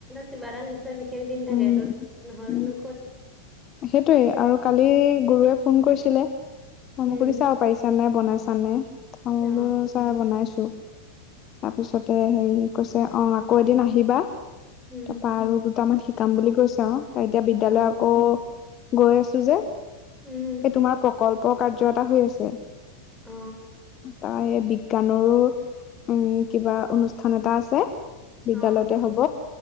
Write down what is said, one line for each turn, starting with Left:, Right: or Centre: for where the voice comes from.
Centre: কিবাটা নিচা বিশেষ দিন থাকে
Left: উম
Centre: সেইটোত আৰু নহন
Left: উম
Centre: ক।
Left: সেইটোৱে আৰু কালি গুৰুৱে ফোন কৰিছিলে, তমোক
Centre: উম
Left: সুধি চাও পাৰিছ নে। বনায়ছনে তা বুলো
Centre: অ
Left: চাৰ বনাইছো তাপিছতে। হেৰি কৈছে অঁ আকৌ এদিন আহিবা
Centre: উম
Left: তাৰপৰা আৰু দুটামান শিকাম বুলি কৈছে আৰু এতিয়া বিদ্যালয়
Centre: অ
Left: আকৌ গৈ আছোঁ যে
Centre: উম
Left: এই তোমাৰ প্ৰকল্প। কাৰ্য এটা হৈ আছে
Centre: অ
Left: তা হেই। বিজ্ঞানৰো উম কিবা অনুষ্ঠান এটা আছে। বিদ্যালয়তে
Centre: অ
Left: হব।